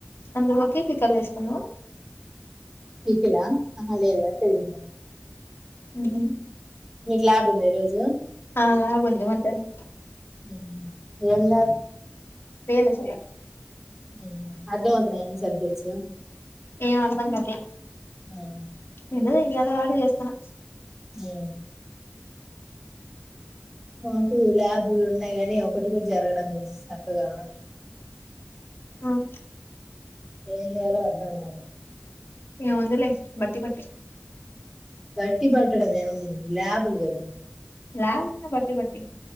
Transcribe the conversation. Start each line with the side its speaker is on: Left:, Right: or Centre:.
Left: అందులోకి పికల్ తీసుకున్నావ
Centre: పికల ఆహా లేదు అటి తిన్న
Left: ఊహు
Centre: మీకు ల్యాబ్ ఉందా ఈ రోజు
Left: అ ల్యాబ్ ఉంది మధ్యాహ్నం
Centre: ఉమ్ ఎం ల్యాబ్
Left: వేలు అసలు
Centre: ఊ అర్ధం అవుతా లేదండి సబ్జక్ట్స్
Left: ఎం అర్థంకాట్లే
Centre: అవును
Left: ఏదో చేయాలి కాబట్టి చేస్తన్న
Centre: ఒ మాకు ల్యాబులు ఉన్నాయి గాని ఒకటి కూడా జరగడం లేదు సక్కగా
Left: ఆ
Centre: ఎం చేయాలో అర్థంకాలే
Left: ఏముందిలే బట్టి బట్టి
Centre: బట్టి బట్టడం ఎం ఉంది ల్యాబ్ లు కదా
Left: ల్యాబ్ అయినా బట్టి పట్టి